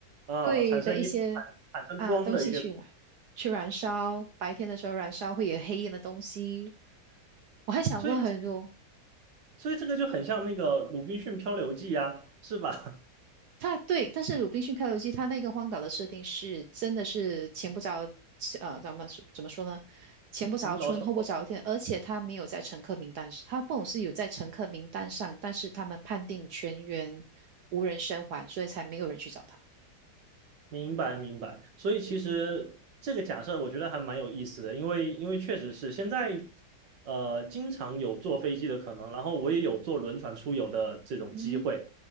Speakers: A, on the right; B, on the right.
A: 啊，
B: 对的一些
A: 产生烟产产生光的一些，
B: 啊东西去了，去燃烧，白天的时候燃烧会有黑烟的东西，我还想过很多。
A: 所以所以这个就很像那个《鲁滨逊漂流记》啊，是吧？
B: 它对，但是《鲁滨逊漂流记》它那个荒岛的设定是真的是前不着呃，咱们说怎么说呢？
A: <laughs>
B: 前不着村后不着店，
A: 我们早说。
B: 而且它没有在乘客名单，它不是有在乘客名单上，但是他们判定全员无人生还，所以才没有人去找他。
A: 明白明白，所以其实这个假设我觉得还蛮有意思的，因为因为确实是现在，呃，经常有坐飞机的可能，然后我也有坐轮船出游的这种机会，
B: 嗯哼，